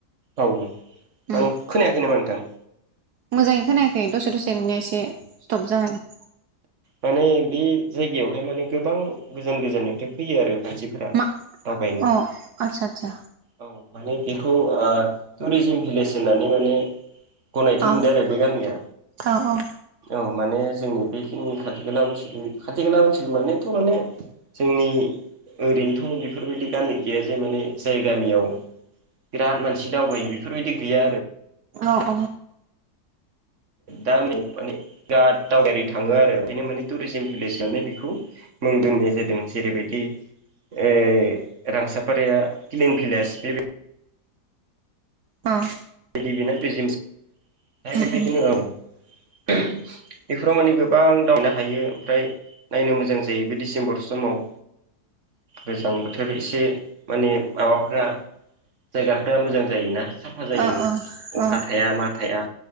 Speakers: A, on the right; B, on the right.
A: औ
B: उम
A: औ खोनायाखै नामा नोंथां?
B: मोजाङै खोनायाखै दसे दसे नोंना एसे स्टप जाहां
A: माने बे जायगायावहाय माने गोबां गोजान गोजाननिफ्राय फैयो आरो मानसिफोरा।
B: मा
A: दावबायनो
B: अ' आतसा आतसा।
A: औ माने बेखौ टुरिजिम भिलेज होननानै माने गनायथि
B: आतसा
A: मोनदों आरो बे गामिया।
B: अ औ औ
A: औ माने जोंनि बेखिनि खाथि गला ओनसोल खाथि गला ओनसोलनि मानेथ' माने जोंनि ओरैनोथ' बेफोरबायदि गामि गैया जे माने जाय गामियाव बिराद मानसि दावबायो बेफोरबायदि गैया आरो।
B: औ-औ।
A: दा माने बिराद दावबायारि थाङो आरो बेओंखायनो माने टुरिजम भिलेजनानै बेखौ दोननाय जादों जेरैबायदि ऐ रां साफारिया क्लिन भिलेज बेबायदि
B: औ।
A: बिदि बेनो बेजिमस फ्राय
B: उम
A: बेबायदिनो
B: उम
A: ओं--। बेफोराव माने गोबां दावबायनो हायो ओमफ्राय नायनो मोजां जायो बे डिसेम्बर समाव। गोजां बो फोर एसे माने माबाफ्रा जायगाफ्रा मोजां जायोना साफा जायो
B: अ अ
A: अखा
B: अ
A: थाया मा थाया